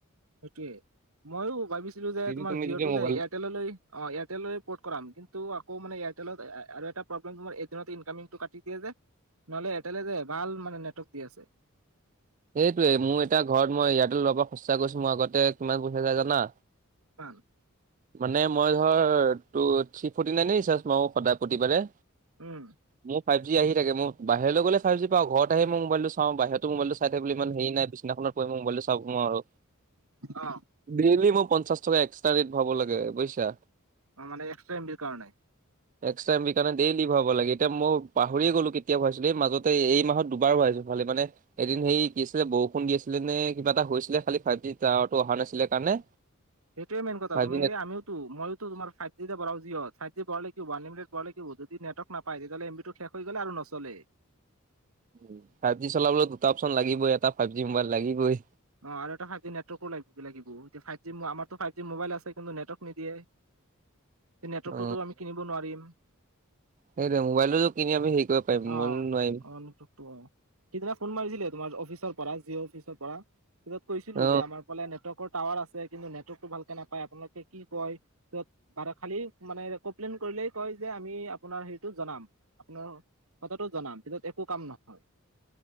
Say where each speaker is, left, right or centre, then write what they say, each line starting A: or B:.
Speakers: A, on the right; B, on the right.
A: সেইটোৱে মই ভাবিছিলো যে
B: যদি
A: তোমাৰ
B: তুমি
A: জিঅ'টো
B: যদি মোবাইল
A: যে এয়াৰ- তললৈ এয়াৰটলৈ পত কৰাম কিন্তু আকৌ মানে এয়াৰটালত আৰু এটা প্ৰব্লেম তোমাৰ ইনকামিং টো কাটি নহলে এয়াৰটেলে যে ভাল মানে নেটৱৰ্ক দি আছে।
B: এইটোৱে মোৰ এতা ঘৰত মই ইয়াতে লোৱাৰ পৰা সুচা কৰিছো মই আগতে কিমান পইচা যায় জানা।
A: পান
B: মানে মই ধৰ টু থ্ৰী ফটি নাইনে ৰিচাৰ্জ মাৰো প্ৰতিবাৰে
A: উম
B: মোৰ ফাইভ জি আহি থে মোৰ বাহিৰলৈ গলোইভ জি পা ঘৰত আহ মই মোবলটো চাওঁ বাহিৰত মোবাইলটো তে বোলে ইমান হেৰি নাই বিচদিনাখনত বহি মই মোবাইলটো চাব নোৱাৰো আৰু
A: অ
B: ব্ৰিলি মই পঞ্চাশ টকা এক্সট্ৰা ৰেট ভাব লাগে বুজিছা
A: মানে এক্সট্ৰা এম বি কাৰণে
B: এক্সট্ৰা এম বি কাৰণেডেইলী ভৰাব লাগে এতিয়া মই পাহৰি গলো কেতিয়া কেতিয়া ভৰাইছোঁ এই মাজতে এই মাহত দুবাৰ ভুৰাইছো। ভালে মানে এদিন হেৰি কি আছিলে বৰষুণ দি আছিলে নে কিবা এটা হৈছিলে খালি ফাইভ জি টাৱাৰটো অহা নাছিলে কাৰণে
A: সেইটোৱে মেইন কথা
B: ফাইভ
A: তুমি
B: জি নেট
A: আমওটো ময়োতো তোমাৰ ফাইভ জিতে ভৰাও যি হওক ফাইভ জি ভৰালে কি ৱান লিমিটেড পোৱা লৈকে যদি নেৱৰ্ক নাপায় তেতিয়াহলে এম বি শেষ হৈ গ'লে আৰু নচলে
B: উ ফাইভ জি চলাবলৈ দুটা অপশচন লাগিবই এটা ফাইভ জি মোবাইল লাগিবই।
A: অ আৰু এটা ফাই জি নেটৱৰ্ক লিব লাগিব ফাইভ জিমাৰতটো ফাইভ জি মোবাইল আছেই। কিন্তু নেটৱৰ্ক নিদিয়ে সেই নেটৱৰ্কটোতো
B: অ
A: আমি কিনিব নোৱাৰিম।
B: সেইটো মোবাইলো কিনি আমি হেৰি কৰিব পাৰিম
A: অ',
B: মোবাইলো নোৱাৰিম।
A: অ নতুক টো অ সিদিনা ফোন মাৰিছিলে তোমাৰ অফিচৰ পৰা জিঅ' অফিচৰ পৰা ত কৈছিলো
B: অ
A: যে আমাৰ ফালে নেটৱৰ্কৰ টাৱাৰ আছে কিন্তু নেটৱৰ্কতটো ভালকে নাপায় আপোনালোকে কি কয় খালি মানে কমপ্লেইন কৰিলেই কয় যে আমি আপোনাৰ হেৰিটো জনাম। আপোনাৰ কথাটো জনাম পিছত একো কাম নহয়।